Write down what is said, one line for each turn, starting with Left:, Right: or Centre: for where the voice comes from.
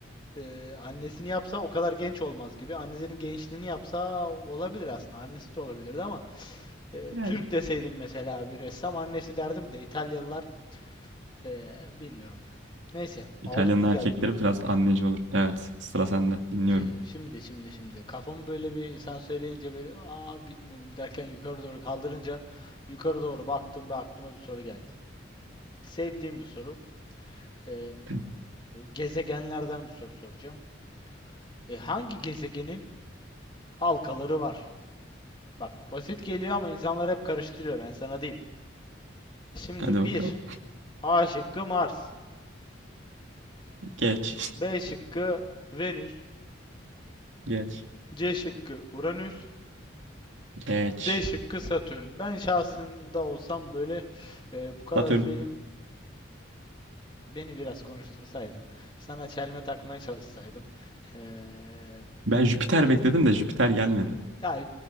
Left: Ee, annesini yapsa o kadar genç olmaz gibi. Annesinin gençliğini yapsa olabilir aslında. Annesi de olabilirdi ama e,
Right: Yani.
Left: Türk deseydim mesela bir ressam annesi derdim de İtalyalılar e, bilmiyorum. Neyse
Right: İtalyan'ın
Left: aldık güzel
Right: erkekleri
Left: bir puanı.
Right: biraz anneci olur. Evet, sıra sende. Dinliyorum.
Left: Hmm, Şimdi şimdi şimdi kafamı böyle bir sen söyleyince böyle aa bilmiyorum derken yukarı doğru kaldırınca yukarı doğru baktım ve aklıma bir soru geldi. Sevdiğim bir soru. Ee,
Right: Hı.
Left: gezegenlerden bir soru soracağım. E, hangi gezegenin halkaları var? Bak basit geliyor ama insanlar hep karıştırıyor ben sana diyeyim. Şimdi
Right: Hadi bakalım.
Left: bir A şıkkı Mars.
Right: Geç.
Left: B şıkkı Venüs.
Right: <laughs> Geç.
Left: C şıkkı Uranüs.
Right: Geç.
Left: D şıkkı Satürn. Ben şahsında olsam böyle e, bu kadar
Right: Satürn.
Left: film beni biraz konuştursaydın. Sana çelme takmaya çalışsaydım. e,
Right: Ben Jüpiter bekledim de Jüpiter gelmedi.
Left: Ya